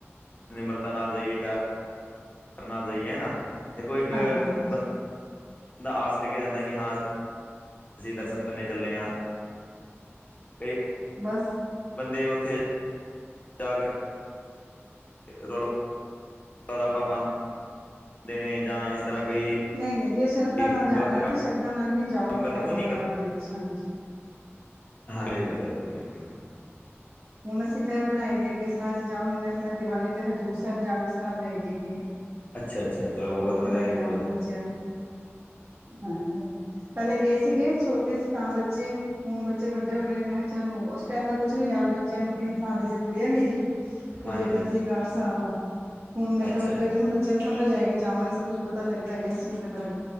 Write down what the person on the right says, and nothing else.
ਹਾਂਜੀ ਹਾਂਜੀ
ਬਸ
ਨਹੀਂ ਨਹੀਂ ਜੇ ਸ਼ਰਧਾ
ਨਾਲ ਜਾਣਾ
ਨਾ
ਤਾਂ ਸ਼ਰਧਾ ਨਾਲ ਹੀ ਜਾਓ ਉੱਥੇ
ਆਪਣੇ
ਮਨ
ਦੇ ਵਿੱਚ ਹਾਂਜੀ
ਹੁਣ ਅਸੀਂ ਫੇਰ ਬਣਾਈ ਦੇਗੀਏ ਸਲਾਹ ਅਸੀਂ ਜਾ ਹੁ ਦੀਵਾਲੀ ਤੇ ਹਜ਼ੂਰ ਸਾਹਿਬ ਜਾਣ ਦੀ ਸਲਾਹ ਬਣਾਈ ਦੇਗੀਏ
ਹੁਣ ਉੱਥੇ
ਲੈ ਕੇ
ਜਾਵਾਂਗੇ
ਬੱਚਿਆਂ ਨੂੰ ਹਾਂਜੀ ਹ ਪਹਿਲੇ ਗਏ ਸੀਗੇ ਛੋਟੇ ਸੀ ਤਾਂ ਬੱਚੇ ਹੁਣ ਬੱਚੇ ਵੱਡੇ ਹੋ ਗਏ ਨੇ ਮੈਂ ਕਿਹਾ ਚਲੋ ਉਸ ਟਾਈਮ ਦਾ ਕੁਛ ਨੀ ਯਾਦ ਬੱਚਿਆਂ ਨੂੰ ਤਿੰਨ ਸਾਲ ਦੀ ਸੀ ਕੁੜੀ ਹੈ ਮੇਰੀ ਤੇ
ਬੇਟਾ ਸੀਗਾ ਅੱਠ ਸਾਲ ਦਾ ਹੁਣ ਮੈਂ ਕਿਹਾ
ਵੱਡ ਹੋ ਉਹਨੂੰ ਬੱਚਿਆਂ ਨੂੰ ਸਮਝ ਆਏਗੀ ਜਾਵਾਂਗੇ ਸਭ ਕੁੱਝ ਪਤਾ ਲੱਗਦਾ ਹੈਗਾ ਇਸ ਚੀਜ਼ ਦੇ ਬਾਰੇ